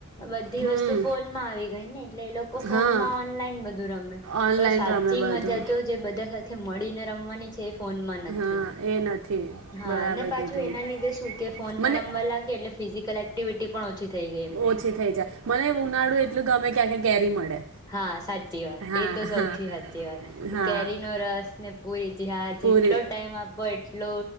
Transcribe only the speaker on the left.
બધી
વસ્તુ ફોનમાં આવી ગઈ ને એટલે લોકો ફોનમાં
ઓનલાઈન બધું રમે
પણ સાચી
મજા તો જે બધા સાથે મડીને રમવાની છે ફોમાં નથી
હા
ને પાછું
એના લીધે શું કે ફોનમાં
રમવા લાગે એટલે ફીઝિકલ એક્ટિવિટી પણ ઓછી થઈ ગઈ એમની
હા સાચી વાત
એ તો સૌથી
સાચી વાત
કેરીનો રસ ને પુરી જી હા
જેટલો ટાઈમ આપો એટલો